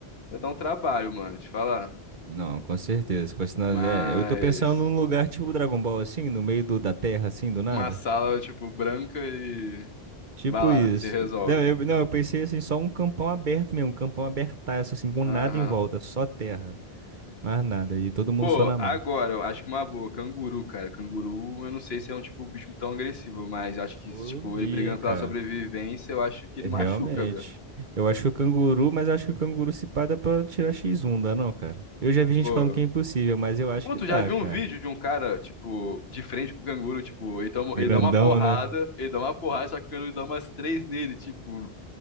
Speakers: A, on the left; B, on the right.
A: ia dar um trabalho, mano, te falar.
B: Não, com certeza. Se Fosse na...
A: Mas
B: É, eu tô pensando num lugar tipo Dragon Ball, assim, no meio do, da terra, assim, do nada.
A: uma sala, tipo, branca e.
B: Tipo
A: Vai lá,
B: isso.
A: você resolve.
B: Não, eu, não, eu pensei assim, só um campão aberto mesmo, um campão abertaço, assim, com
A: Aham.
B: nada em volta, só terra, mais nada. E todo mundo
A: Pô,
B: só na
A: agora,
B: mão.
A: eu acho que uma boa, canguru, cara. Canguru, eu não sei se é um tipo bicho tão agressivo, mas acho que,
B: Eu
A: tipo,
B: vi,
A: ele brigando
B: hein, cara.
A: pela sobrevivência, eu acho que
B: Realmente.
A: ele machuca, velho.
B: Eu acho que o canguru, mas acho que o canguru se pá dá pra tirar X1, dá não, cara? Eu já vi gente
A: Pô.
B: falando que é impossível, mas eu acho
A: Pô,
B: que
A: tu
B: dá,
A: já viu
B: cara.
A: um vídeo de um cara, tipo, de frente com o canguru, tipo, ele, toma,
B: Grandão,
A: ele dá uma porrada,
B: né?
A: ele dá uma porrada, só que o canguru dá umas três nele, tipo,